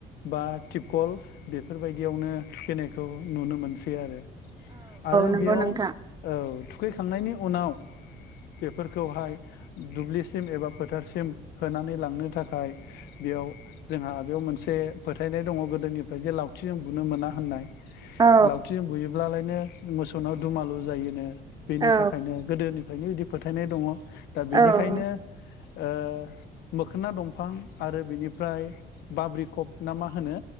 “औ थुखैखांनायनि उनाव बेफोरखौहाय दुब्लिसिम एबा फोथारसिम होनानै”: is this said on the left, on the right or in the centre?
Left